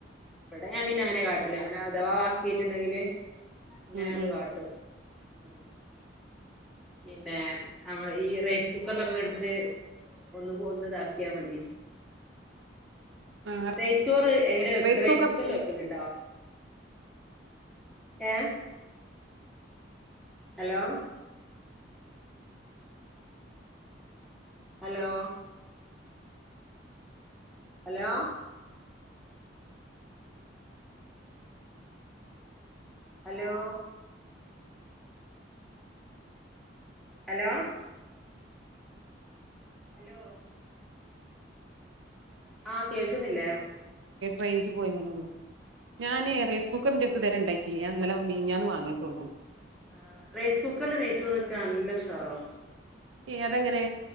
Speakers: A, in the centre; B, on the right.
A: ഇബടെ ഞാൻ പിന്നെ അങ്ങനെ കാട്ടല് അങ്ങനെ അഥവാ വാക്കിയായിട്ട്ണ്ടെങ്കില്, ഇങ്ങനാട്
B: ഉം ഉം
A: കാട്ടും ഉം. പിന്നെ നമ്മള് ഈ റൈസ് കുക്കറിലൊക്കെ കണ്ടിട്ട് ഒന്ന് ഒന്ന് ഇതാക്കിയാ മതി
B: ആഹ്
A: നെയ്ച്ചോറ് എങ്ങനെ വെക്ക്‌നെ
B: റൈസ് കുക്കർല്ലോ
A: കുക്കറില് വെ വെക്കല്ണ്ടോ ഏ hello hello hello hello hello hello ആ കേൾക്ക്ന്നില്ലേ
B: റെയിഞ്ച് പോയിണ്ന്ന് തോന്നുന്നു ഞാനേ റൈസ് കുക്കറിന്റെട് ഇത് വരെ ഇണ്ടാക്കില്ല ഞാ ഇന്നലെ മിനിഞ്ഞാന്ന് വാങ്ങീട്ടൊള്ളൂ
A: ആ റൈസ് കുക്കർല് നെയ്ച്ചോറ് വെച്ചാ നല്ല ഉഷാറവും
B: ഏ അതെങ്ങനെ